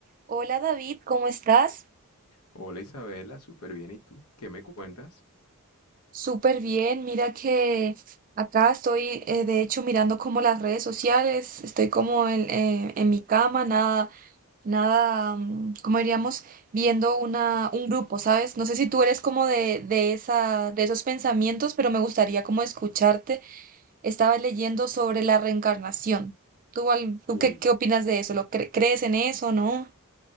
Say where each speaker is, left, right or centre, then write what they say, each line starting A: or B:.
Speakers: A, on the right; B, on the left.
A: Hola David, ¿cómo estás?
B: Hola Isabela, súper bien. ¿Y tú? ¿Qué me cuentas?
A: Súper bien, mira que acá estoy eh, de hecho mirando como las redes sociales, estoy como en, eh, en mi cama, nada, nada, mm, ¿cómo diríamos? Viendo una, un grupo, ¿sabes? No sé si tú eres como de, de esa, de esos pensamientos, pero me gustaría como escucharte. Estaba leyendo sobre la reencarnación. ¿Tú, al- tú
B: Uy,
A: qué, qué opinas de eso? ¿Lo cre- crees en eso, no?